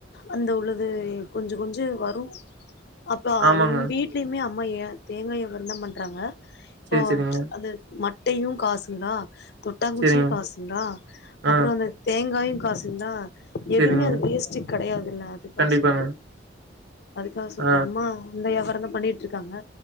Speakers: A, on the left; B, on the right.
A: அந்த உள்ளது கொஞ்ச கொஞ்ச வரு அப்பா
B: ஆமாங்க.
A: எங்க வீட்லயுமே அம்மா ஏ தேங்காய வெண்ணம் பண்றாங்க இப்போ
B: சேரி, சேரிங்க.
A: அது முட்டையு காசுங்களா கொட்டாங்குச்சி
B: சேரிங்க.
A: காசுங்களா அப்புற
B: ஆ,
A: அந்த தேங்காய் காசிந்தா
B: சேரிங்க.
A: எதுமே அது வேஸ்டு கெடையாதுல்ல அதுக்காக
B: கண்டிப்பாங்க.
A: சொல்றே அதுக்காக சொல்ற
B: ஆ,
A: அம்மா இந்த எவ்வ தன்ன பண்ணிட்ருக்காங்க